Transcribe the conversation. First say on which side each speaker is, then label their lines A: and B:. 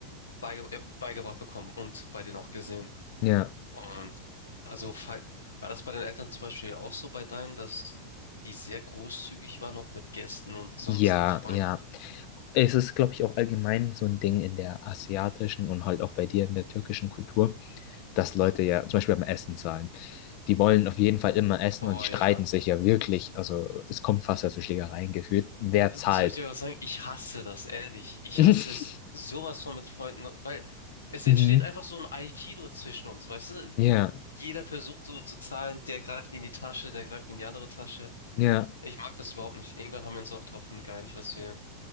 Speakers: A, on the left (about 70°); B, on the left (about 45°).
A: beige äh, beigebracht bekommen und bei denen auch gesehen.
B: Ja,
A: Und also fall- war das bei den Eltern zum Beispiel auch so bei deinen, dass die sehr großzügig waren, auch mit Gästen und sonst
B: ja,
A: mit Freunden?
B: ja. Es ist, glaube ich, auch allgemein so ein Ding in der asiatischen und halt auch bei dir in der türkischen Kultur, dass Leute ja zum Beispiel beim Essen zahlen. Die wollen auf jeden Fall immer essen
A: Oh
B: und die streiten
A: ja.
B: sich ja wirklich. Also es kommt fast ja zu Schlägereien geführt. Wer zahlt?
A: Soll ich dir was sagen? Ich hasse das, ehrlich. Ich
B: <laughs>
A: hasse es sowas von mit Freunden, weil es
B: Mhm.
A: entsteht einfach so ein Aikido zwischen uns, weißt du?
B: Ja,
A: Jeder versucht so zu zahlen, der greift in die Tasche, der greift in die andere Tasche.
B: ja,
A: Ich mag das überhaupt nicht. Irgendwann haben wir uns auch darauf geeinigt, dass wir